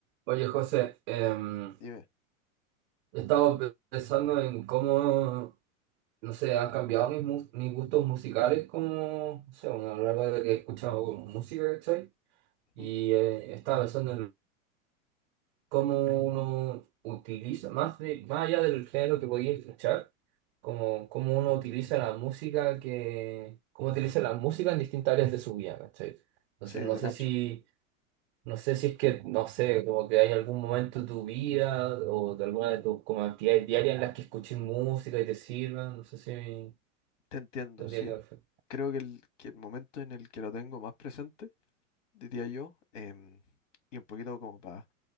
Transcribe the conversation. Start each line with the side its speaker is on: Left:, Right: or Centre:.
Right: Oye, José, em,
Left: Dime.
Right: he estado pe- pensando en cómo, no sé, han cambiado mis, mus- mis gustos musicales como, no sé, bueno, a lo largo de que he escuchado como música, ¿cachai? Y
Left: Ujú.
Right: eh, estaba pensando en cómo uno utiliza, más, de, más allá del género que podía escuchar, como cómo uno utiliza la música que, cómo utiliza la música en distintas áreas de su vida, ¿cachai? Entonces,
Left: Sí,
Right: no
Left: te
Right: sé
Left: cacho.
Right: si No sé si es que, no sé, como que hay algún momento de tu vida o de alguna de tus como actividades diarias en las que escuches música y te sirva, no sé si
Left: Te entiendo,
Right: tendría
Left: sí.
Right: que ver.
Left: Creo que el, que el momento en el que lo tengo más presente, diría yo, em, y un poquito como para